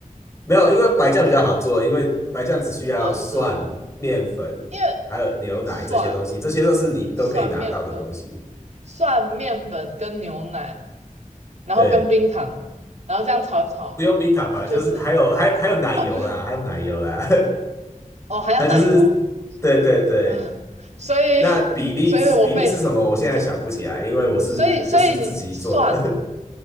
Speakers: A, on the left; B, on the right.
A: 没有，因为白酱比较好做，因为白酱只需要蒜、
B: 啊，是哦，
A: 面粉，
B: 因为
A: 还有牛奶这些东西，
B: 蒜
A: 这些都是你都可以拿到的东西。
B: 蒜面粉、蒜面粉跟牛奶，然后跟冰糖，
A: 对，
B: 然后这样炒一炒，
A: 不用冰糖吧，
B: 就是
A: 就是还有还还有奶油啦，
B: 哦，不用
A: 还有奶油啦，<laughs>
B: 哦，还要奶油
A: 它就是对对对。
B: 啊，所以
A: 那比例比例是什么？
B: 所以我被，
A: 我现在想不起来，
B: 呃
A: 因为我是就是自己做的。
B: 所以所以你蒜